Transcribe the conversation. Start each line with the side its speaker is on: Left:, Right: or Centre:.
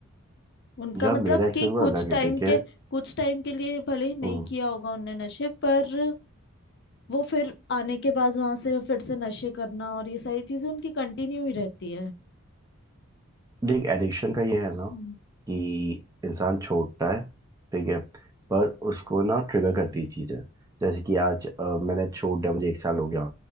Left: उनका
Right: यार
Left: मतलब
Right: मेरा एक्सपीरियंस
Left: कि कुछ
Right: अलग
Left: टाइम
Right: है ठीक
Left: के
Right: है
Left: कुछ टाइम के लिए भले ही नहीं
Right: हम्म
Left: किया होगा उनने नशे पर वो फिर आने के बाद वहां से फिर से नशे करना और ये सारी चीजें उनकी कंटिन्यू ही रहती है
Right: देख एडिक्शन का ये है ना
Left: हम्म,
Right: कि इंसान छोड़ता है ठीक है पर उसको ना ट्रिगर करती चीज़ है जैसे कि आज अ, मैंने छोड़ दिया मुझे एक साल हो गया